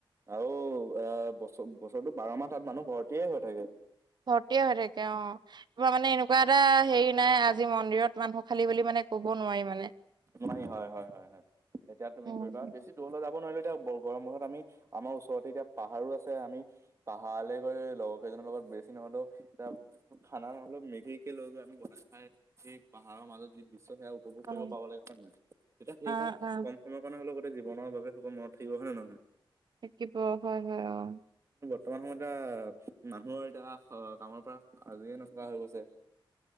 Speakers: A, on the right; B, on the right.
A: আৰু আহ বছৰ বছৰটো বাৰ মাহ তাত মানুহ ভৰটে হৈ থাকে
B: ভৰ্তে হৈ থাকে অ তোমাৰ মানে এনেকুৱা এটা হেৰি নাই আজি মন্দিৰত মানুহ খালি বুলি মানে ক'ব নোৱাৰিম মান
A: হয় হয় হয় হয় এতিয়া তুমি
B: উম
A: ধৰিবা বেছি দূৰলৈ যাব নোৱাৰলে এতিয়া গৰম বছত আমি আমাৰ ওচৰতে এতিয়া পাহাৰো আছে আমি পাহাৰলৈ গৈ লগৰ কেইজনৰ লগত বেছি নহলেও এতিয়া খানা নহ'লেও মেঘিকে লৈ গৈ আমি বনাই খাই সেই পাহাৰৰ মাজত যি বিশ্ব সে কৰিব
B: হয়
A: প লাগে হয় নহয় তেতিয়া সেইখন
B: আহ আহ
A: কম সময়ৰ কাৰণে হলে গোেই জীৱনৰ বাবেকল মনত থাকিব হয় নে নহয়
B: তে প হয় হয় অ
A: বৰ্তমান সময়ত এতিয়া মানুহৰ এতিয়া কামৰ পৰা আজৰিে নথকা হৈ গৈছে <inaudible>